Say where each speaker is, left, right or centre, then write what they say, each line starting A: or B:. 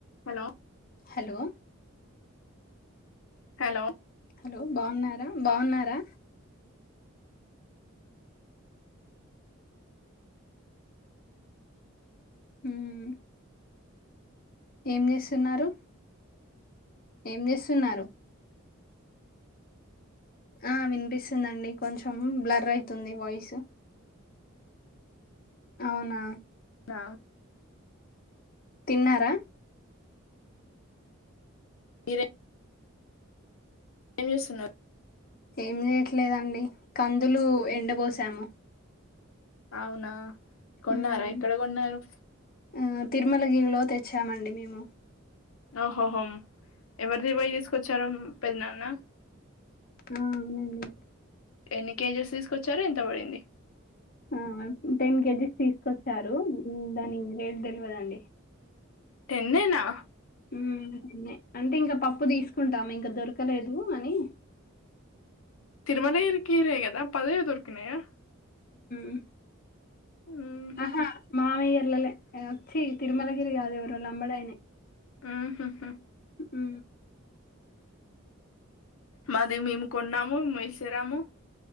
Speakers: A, on the left (about 75°); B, on the left (about 45°).
A: Hello
B: hello
A: కలో
B: hello బాగున్నార బాగున్నారా హుమ్ ఏం చేస్తున్నారు ఏం చేస్తున్నారు ఆ వినిపిస్తుందండి కొంచెం బ్లర్ అయితుంది వాయిస్ అవున
A: త
B: తిన్నార
A: మీరె ఏమ్ చేస్తున్నార్
B: ఏం చేయట్లేదండి కందులు ఎండ బోసాము
A: అవునా కొన్నార
B: మ్మ్.
A: ఎక్కడ కొన్నారు
B: ఆ తిరుమలగిరిలో తెచ్చామండి మేము
A: ఆ హోహో ఎవరిది పోయి తీసుకొచ్చారు పెద్దనాన్న
B: ఆ అవునండి
A: ఎన్ని కేజీస్ తీసుకొచ్చార్ ఎంత పడింది
B: ఆ టెన్ కేజీస్ తీసుకొచ్చారు దాని రేట్ తెలియదండి
A: టెన్నేనా
B: హు అంటే ఇంకా పప్పు తీసుకుంటాము ఇంకా దొరకలేదు అని
A: తిరుమలరు కీరే కదా పదవి దొరుకనాయ
B: మ్
A: ఉహు
B: అహా మామయ వచ్చి తిరుమలగిరి కాదేవరులో అంబడయినే
A: ఆహహ
B: ఉ
A: మాది మేము కొన్నాము మలిసేరాము